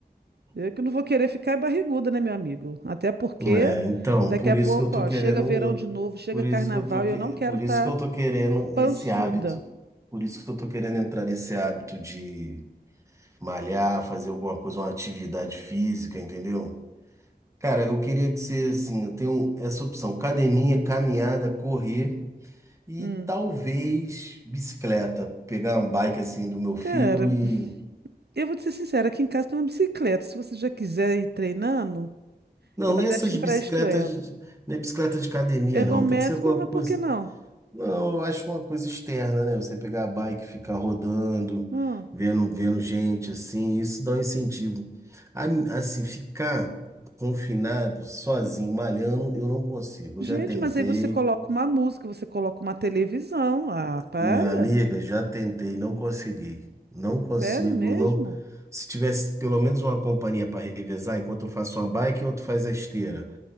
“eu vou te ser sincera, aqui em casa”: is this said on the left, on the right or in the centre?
Right